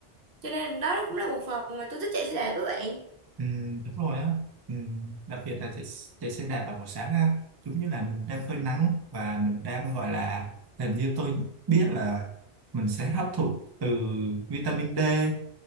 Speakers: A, on the right; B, on the right.
A: cho nên đó cũng là một phần mà tôi thích chạy xe đạp với bạn
B: Ừ, đúng rồi á ừ, đặc biệt là chạy, chạy xe đạp vào buổi sáng á giống như là mình đang phơi nắng và mình đang gọi là hình như tôi biết là mình sẽ hấp thụ từ vitamin D